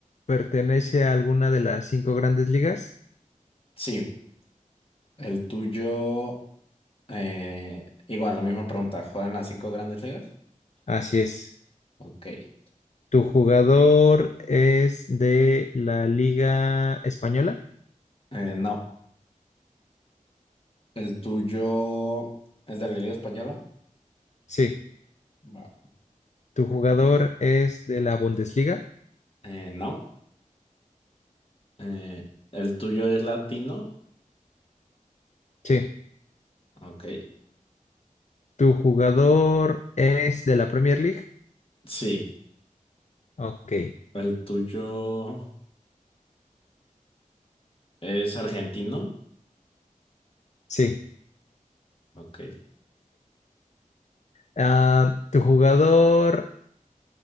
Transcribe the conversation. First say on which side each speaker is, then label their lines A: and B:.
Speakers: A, on the left; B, on the left.
A: pertenece a alguna de las cinco grandes ligas?
B: sí. El tuyo, eh, igual, la misma pregunta. ¿Juegan las cinco grandes ligas?
A: Así es.
B: Ok. Eh,
A: ¿Tu jugador es de la Liga Española?
B: no. ¿El tuyo es de la Liga Española?
A: Sí.
B: Va.
A: ¿Tu jugador es de la Bundesliga?
B: Eh, no. Eh, ¿el tuyo es latino?
A: Sí.
B: Ok.
A: ¿Tu jugador es de la Premier League?
B: Sí.
A: Ok.
B: ¿El tuyo es argentino?
A: Sí.
B: Ok.
A: Ah, ¿tu jugador